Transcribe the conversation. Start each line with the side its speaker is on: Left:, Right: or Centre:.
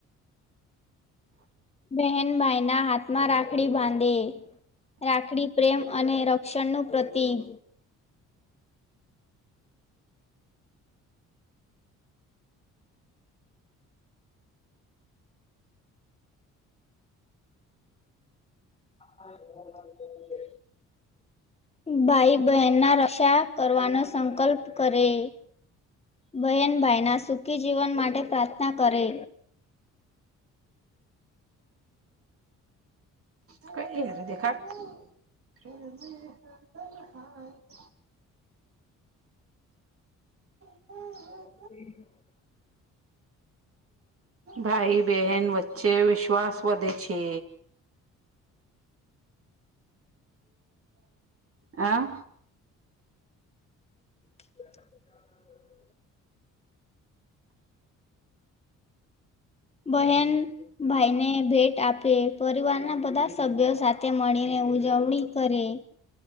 Left: બહેન ભાઈના હાથમાં રાખડી બાંધે. રાખડી પ્રેમ અને રક્ષણનું પ્રતિક <unintelligible> ભાઈ બહેનના રક્ષા કરવાનો સંકલ્પ કરે બહેનભાઈના સુખી જીવન માટે પ્રાર્થના કરે
Right: <unintelligible> <inaudible> <unintelligible>
Left: <unintelligible>
Right: ભાઈ બેહેન વચ્ચે વિશ્વાસ વધે છે. આ
Left: <inaudible> બહેન ભાઈને ભેટ આપે પરિવારના બધા સભ્યો સાથે મળીને ઉજવણી કરે